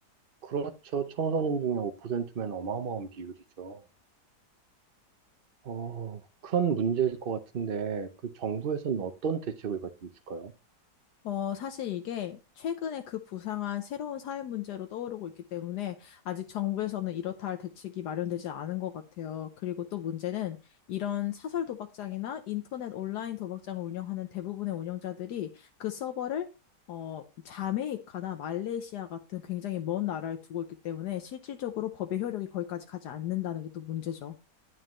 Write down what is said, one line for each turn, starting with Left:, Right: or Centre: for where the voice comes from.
Right: 그렇죠. 청소년 중에 5%면 어마어마한 비율이죠. 어, 큰 문제일 것 같은데, 그 정부에서는 어떤 대책을 가지고 있을까요?
Left: 어, 사실 이게 최근에 그 부상한 새로운 사회 문제로 떠오르고 있기 때문에 아직 정부에서는 이렇다 할 대책이 마련되지 않은 것 같아요. 그리고 또 문제는 이런 사설 도박장이나 인터넷 온라인 도박장을 운영하는 대부분의 운영자들이 그 서버를 어, 자메이카나 말레이시아 같은 굉장히 먼 나라에 두고 있기 때문에 실질적으로 법의 효력이 거기까지 가지 않는다는 게 또 문제죠.